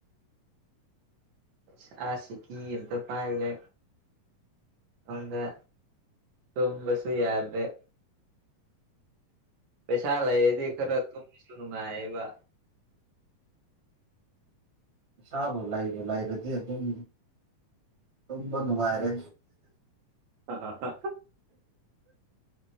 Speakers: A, on the right (about 85°); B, on the right (about 25°).
A: ꯁꯤ ꯀꯀꯤ ꯑꯦꯇ ꯄꯔꯦ ꯍꯗ ꯇꯨꯝꯕꯁꯨꯨꯌꯥ ꯑꯗꯨ꯭ꯔꯦ ꯄꯩꯁꯥ ꯂꯩꯗꯤ ꯈꯔ ꯊꯨ ꯁꯅꯨꯡꯉꯥꯏ ꯏꯕ
B: ꯁꯥꯥꯕꯨꯣꯂꯏꯕꯨꯣꯂꯏꯔꯗꯤ ꯑꯗꯨꯝ ꯇꯝꯕ ꯅꯨ ꯃꯥꯥꯏꯔꯦ
A: ꯑ